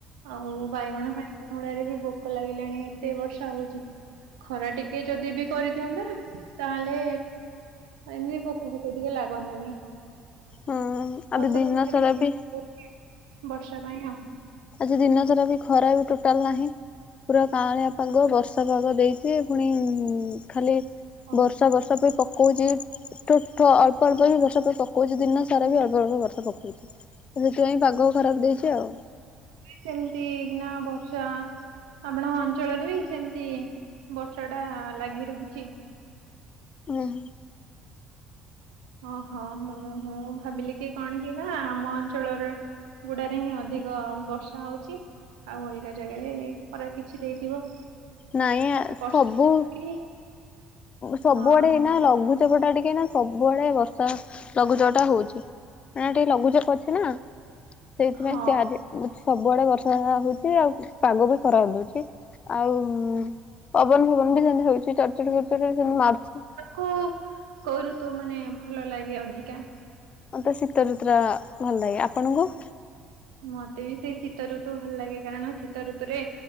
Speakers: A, on the right; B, on the left.
A: ଆଉ ବାଇଗଣ ଫାଇଗଣ ଉଡ଼ାରେ ବି ପୋକ ଲାଗିଲାଣି ଏତେ ବର୍ଷା ହଉଚି ବି। ଖରା ଟିକେ ଯଦି ବି କରିଦିଅନ୍ତା ତାହେଲେ ଏମିତି ପୋକ ଫୋକ ଟିକେ ଲାଗନ୍ତେନି <unintelligible>
B: ହଁ ଆବେ ଦିନ ସାରା ବି
A: ବର୍ଷା ପାଇଁ ଆଉ।
B: ଆଜି ଦିନ ସାରା ବି ଖରା ବି ଟୋଟାଲ ନାହିଁ। ପୁରା ପାଁଳିଆ ପାଗ ବର୍ଷା ପାଗ ଦେଇଛି ପୁଣି ଖାଲି
A: ହଁ,
B: ବର୍ଷା ବର୍ଷା ବି ପ ପକଉଛି ଠୋଠ ଅଳ୍ପ ଅଳ୍ପ ବି ବର୍ଷା ପକାଉଛି ଦିନ ସାରା ବି ଅଳ୍ପ ଅଳ୍ପ ବର୍ଷା ପକଉଛି। ତ ସେଥିପାଇଁ ପାଗ ଖରାପ ଦେଇଛି ଆଉ।
A: ସେମିତି କିନା ବର୍ଷା ଆପାଣଙ୍କ ଅଞ୍ଚଳରେ ବି ସେମିତି ବର୍ଷା ଟା ଲାଗି ରହିଛି।
B: ହୁଁ ହୁ।
A: ଓହୋ ମୁଁ ମୁଁ ଭାବିଲି କି କଣ କି ନା ଆମ ଅଞ୍ଚଳରେ ଗୁଡାରେ ହିଁ ଅଧିକ ବର୍ଷା ହଉଛି। ଆଉ ଅଲଗା ଜାଗାରେ ଖରା କିଛି ଦେଇଥିବ।
B: ନାଇଁ
A: ବର୍ଷା
B: ସବୁ
A: ହଉଛି।
B: ସବୁଆଡେ
A: ହଁ
B: ଏଇନା ଲଘୁ ଲଘୁଚପଟା ଟିକେ ନା ସବୁବେଳେ ବର୍ଷା ଲଘୁଚାପ ଟା ହଉଛି ନା ଟିକେ ଲଘୁଚାପ ଅଛି ନା। ସେଇଥିପାଇଁ
A: ହଁ
B: ସେ ଆଜି ସବୁଆଡେ ବର୍ଷା ହଉଛି ଆଉ ପାଗ ବି ଖରାପ ଦଉଛି ଆଉ ହୁଁ ପବନ ଫବନ ବି ସେମିତି ହଉଛି ଚଡଚଡ଼ି ଫଡଚଡ଼ି ବି ସେମିତି ମାରୁଛି।
A: କୁ କୋଉ ଋତୁ ମାନେ ଭଲ ଲାଗେ ଅଧିକା।
B: ମତେ ଶୀତ ଋତୁ ଟା ଭଲ ଲାଗେ ଆପଣଙ୍କୁ।
A: ମତେ ବି ସେଇ ଶୀତ ଋତୁ ଭଲ ଲାଗେ କାରଣ ଶୀତ ଋତୁରେ